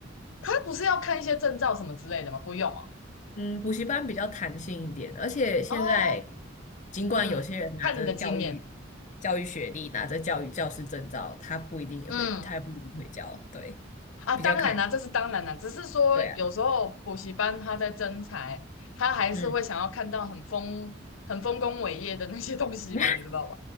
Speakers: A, on the left (about 85°); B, on the left (about 40°).
A: 他不是要看一些证照什么之类的吗？不用哦。
B: 嗯，补习班比较弹性一点，而且现在
A: 哦，
B: 尽管有些人拿着教育
A: 嗯，看你的经验。
B: 教育学历，拿着教育教师证照，他不一定也会，
A: 嗯，
B: 他也不一定会教，对，
A: 啊，
B: 比较看人，
A: 当然啦、这是当然啦、只是说有时候补习班他在征才，
B: 对啊，
A: 他还是会想要看到很丰很丰功伟业的那些东西嘛，
B: 嗯，<laughs>
A: 你知道吧？